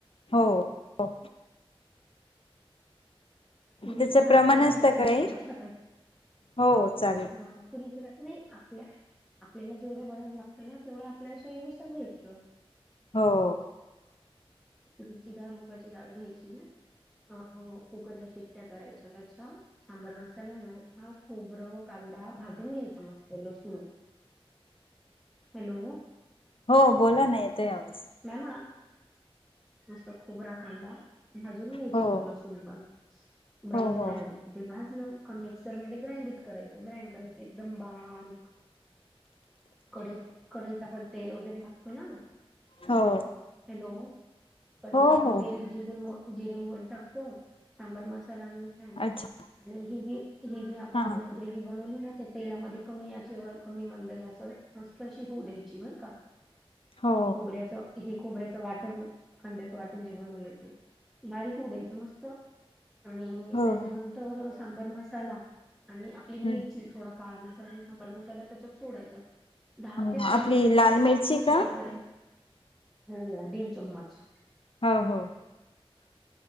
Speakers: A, on the left (about 65°); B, in the centre.
A: हो. हो.
B: तुरीची
A: त्याच
B: डाळ
A: प्रमाण
B: मुगाची
A: असतं
B: डाळ
A: का
B: घ्यायची
A: नाही?
B: बरं ताई.
A: हो चालेल.
B: <unintelligible> नाही आपल्या. आपल्याला जेवढं वरण लागत ना, तेवढ आपल्या सोयीनुसार घ्यायच.
A: हो.
B: तुराची डाळ, मुगाची डाळ, घ्यायची. <unintelligible> कुकरच्या शिट्ट्या करायच्या त्याच्या सांबर मा त्यांना हाय ना, हा खोबरं, कांदा, भाजून घ्यायचा मस्त. लसूण. हॅलो.
A: हो बोला ना, येतोय आवाज.
B: मॅम, आ नुस्त खोबरा, कांदा, भाजून घ्यायचं.
A: हो
B: लसुन पण ब्राऊन
A: हो हो
B: ब्राऊन. ते भाजलं का मिक्सरमध्ये ग्राइंड करायच. ग्राइंड करायचं, एकदम बारीक. कड कडईत आपण तेल वगैरे टाकतो ना?
A: हो.
B: हॅलो. कढईत
A: हो
B: आपण
A: हो
B: तेल जिरे, म जिरे मोहरी टाकतो. सांबर मसाला आणि नाही.
A: अच्छा
B: आणि हिं ही ही जी आपण
A: हा हा.
B: ग्रेव्ही बनवली ना, त्या तेलामध्ये कमी याचेवर, कमी मंद गॅसवर मस्त अशी होऊ द्यायची, बर का!
A: हो
B: खोबऱ्याच हे खोबऱ्याचं वाटण, कांद्याचं वाटण, जे बनवलं ते. बारीक होऊ द्यायचं. मस्त आणि
A: हो
B: त्याच्यानंतर
A: हो
B: सांबर मसाला आणि <unintelligible> मिरची,
A: हम्म.
B: थोडा काळा मसाला, सांबर मसाला, त्याच्यात सोडायचा. दहा
A: हो
B: ते पंधरा
A: आपली
B: मिनिट,
A: लाल
B: मस्त
A: मिरची
B: तेल सुटेपर्यंत,
A: का?
B: हो ओ दीड चम्मच.
A: हो हो.